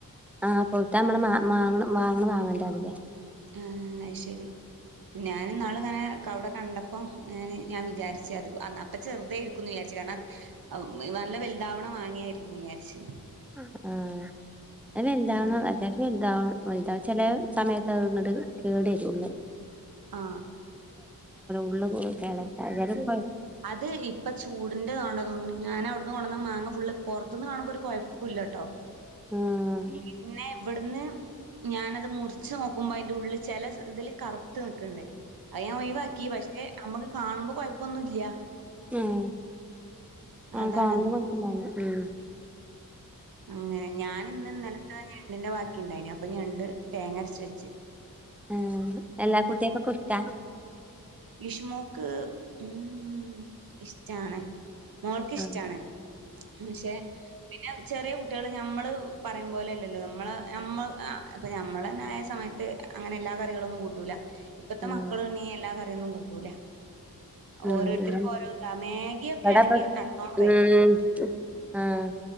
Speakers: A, in the centre; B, on the right.
A: ആ പഴുത്ത നമ്മള് മാ മാങ്ങ വാങ്ങണ വാങ്ങണ്ടാവില്ലേ
B: ആഹ അത് ശരി ഞാനന്നാള് ഇങ്ങനെ അവിടെ കണ്ടപ്പോം ഞാൻ വിചാരിച്ച് അത് അപ്പ ചെറുതായിരിക്കുന്ന് വിചാരിച്ചു കാരണം നല്ല വലുതാവണ മാങ്ങയായിരിക്കും വിചാരിച്ച്
A: ആ <unintelligible> <unintelligible>
B: അങ്ങനെ
A: ചില സമയത്തങ്ങട് കേടു വരുള്ളൂ.
B: ആ
A: ഉള്ള് കേടായിക്കാരം ഏതായാലും കൊഴ
B: അത് ഇപ്പൊ ചൂടിന്റെതോണ്ട തോന്നണ ഞാൻ അവിടുന്ന് കൊണ്ടെന്ന മാങ്ങ ഫുള്ള് പുറത്തുനിന്ന് കാണുമ്പോ ഒരു കോ ല്ലട്ടൊ.
A: ആഹ്
B: പിന്നെ ഇവിടുന്ന് ഞാനത് മുറിച്ച് നോക്കുമ്പോ അതിന്റെ ഉള്ളിൽ ചില ഇതിൽ കറ തെക്കണ്ട്. അത് ഞാൻ ഒഴിവാക്കി പക്ഷേ നമ്മക്ക് കാണുമ്പോ കൊഴപ്പൊന്നുല്ല
A: ഉം ആ
B: അതാണ്
A: കാണുമ്പോ കുഴപ്പണ്ടാവൂല ഉം
B: അങ്ങനെ ഞാന് ഇന്ന് ഇന്നലത്തെ ഞ ണ്ടിന്റെ ബാക്കിണ്ടയിനി അപ്പ ഞണ്ട് തേങ്ങരച്ച് വെച്ച്
A: ഏഹ് എല്ലാ കുട്ടിയക്കൊക്കെ ഇഷ്ടാ
B: ഇഷുമോക്ക് ഉം ഇഷ്ടാണ് മോൾക്ക് ഇഷ്ടാണ്
A: ആഹ്
B: ഉം പക്ഷേ പിന്നെ ചെറിയ കുട്ടിയള് നമ്മള് പറയും പോലെയല്ലല്ലോ നമ്മളെ നമ്മൾ ആഹ് ഇപ്പൊ ഞമ്മളെന്നായ സമയത്ത് അങ്ങനെ എല്ലാ കറികളൊന്നും കൂട്ടൂല ഇപ്പത്തെ
A: ഉം
B: മക്കള് ഇണ്ണീ എല്ലാ ക ട്ടയൊന്നും കൂട്ടൂല
A: ഉം
B: ഓരോരുത്തർക്കും
A: ഇവിടെപ്പം
B: ഓരോ ഇതാ മാഗിയൊക്കെ ആണെങ്കി നല്ലോണം കഴിക്കും
A: ഉം ആഹ്